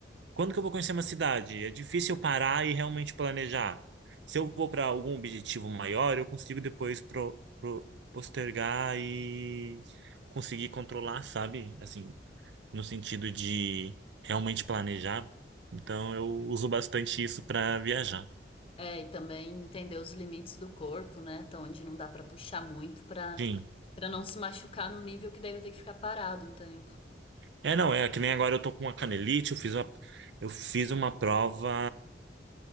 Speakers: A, on the right; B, on the left.
A: quando que eu vou conhecer uma cidade? É difícil eu parar e realmente planejar. Se eu vou para algum objetivo maior, eu consigo depois pro, pro- postergar e conseguir controlar, sabe? Assim, no sentido de realmente planejar. Então, eu uso bastante isso para viajar.
B: É, e também entender os limites do corpo, né? Até onde não dá para puxar muito para
A: Sim.
B: para não se machucar no nível que daí vai ter que ficar parado um tempo.
A: É, não, é que nem agora eu tô com a canelite, eu fiz uma, eu fiz uma prova